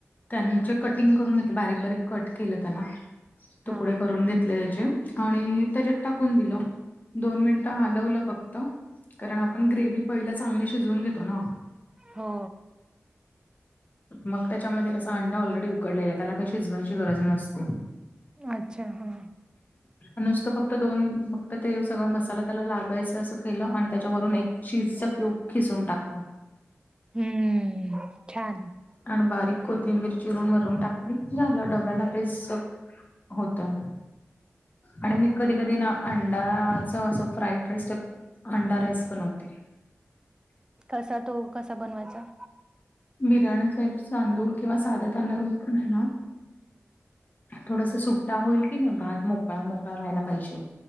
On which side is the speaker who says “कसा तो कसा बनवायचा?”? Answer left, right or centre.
Right